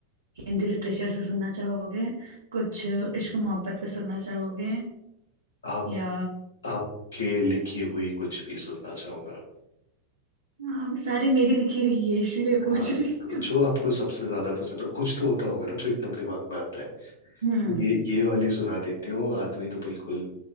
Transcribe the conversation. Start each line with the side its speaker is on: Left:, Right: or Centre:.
Right: हिंदी लिटरेचर से सुनना चाहोगे कुछ इश्क मोहब्बत पे सुनना चाहोगे
Left: आप
Right: या
Left: आपके लिखी हुई कुछ भी सुनना चाहूंगा
Right: हाँ सारी मेरी लिखी हुई है इसीलिए पूछ
Left: हाँ
Right: रही हूँ
Left: जो आपको सबसे ज्यादा पसंद हो कुछ तो होता होगा ना जो एकदम दिमाग में आता है
Right: हम्म
Left: कि ये ये वाली सुना देती हूँ आदमी तो बिल्कुल